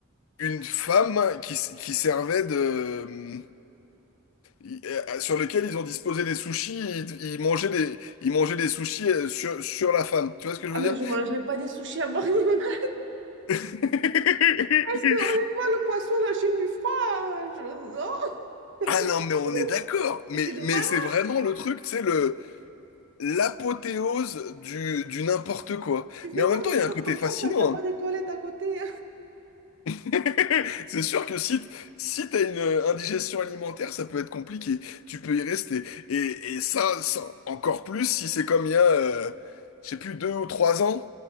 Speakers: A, on the left (about 70°); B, on the right (about 55°).
A: une femme qui, s- qui servait de... euh, Sur lequel ils ont disposé des sushis, ils, ils mangeaient des, ils mangeaient des sushis euh, sur, sur la femme. Tu vois ce que je
B: Ah,
A: veux
B: mais
A: dire?
B: je mangerai pas des sushis à Burning Man,
A: <laughs>
B: <laughs> parce que honnêtement, le poisson, la Chine du froid, je- non,
A: Ah
B: <laughs> c'est
A: non, mais on
B: oh.
A: est d'accord. Mais,
B: et c'est des
A: mais
B: malades.
A: c'est vraiment le truc, tu sais, le, l'apothéose du, du n'importe quoi.
B: Tu fais
A: Mais en
B: pas
A: même
B: des
A: temps, il
B: choses
A: y a un côté
B: comme
A: fascinant.
B: ça quand t'as pas
A: hein.
B: des toilettes à côté.
A: <laughs> C'est sûr que si, t- si t'as une euh, indigestion alimentaire, ça peut être compliqué. Tu peux y rester. Et, et ça, ça- encore plus si c'est comme il y a, euh, je sais plus, deux ou trois ans,